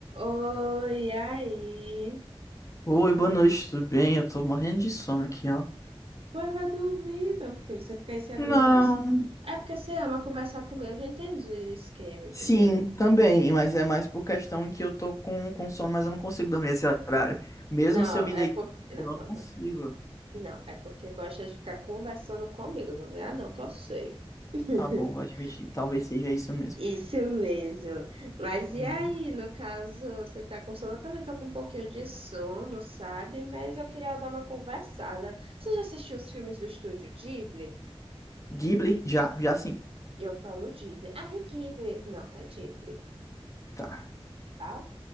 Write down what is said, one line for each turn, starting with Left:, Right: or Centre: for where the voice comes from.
Right: Oi, aí.
Left: Oi, boa noite, tudo bem? Eu tô morrendo de sono aqui, ó.
Right: Pois vai dormir, meu filho. Você fica aí se aguentando.
Left: Não,
Right: É porque você ama conversar comigo. Eu já entendi o esquema, entendeu?
Left: sim, também, mas é mais por questão que eu tô com, com sono, mas eu não consigo dormir esse horário. Mesmo
Right: Não,
Left: se eu me
Right: é
Left: deitar,
Right: porque. Não,
Left: eu não
Right: não,
Left: consigo.
Right: não. Não, é porque gosta de ficar conversando comigo, não é? Ah, Não, que eu sei. <laughs>
Left: Tá bom, vou admitir, talvez seja isso mesmo.
Right: Isso mesmo. Mas e
Left: Uhum.
Right: aí, no caso, você tá com sono? Eu também tô com um pouquinho de sono, sabe? Mas eu queria dar uma conversada. Você já assistiu os filmes do Estúdio Ghibli?
Left: Ghibli, já, já sim,
Right: Eu falo Ghibli. Ah, é Ghibli. Não, é Ghibli.
Left: tá.
Right: Tá?